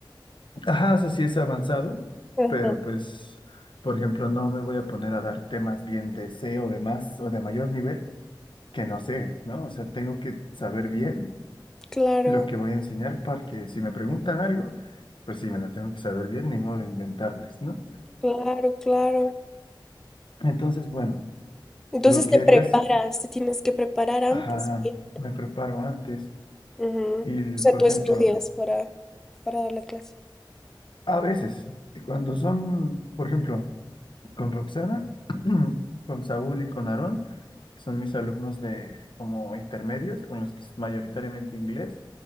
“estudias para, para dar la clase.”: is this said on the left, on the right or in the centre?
Centre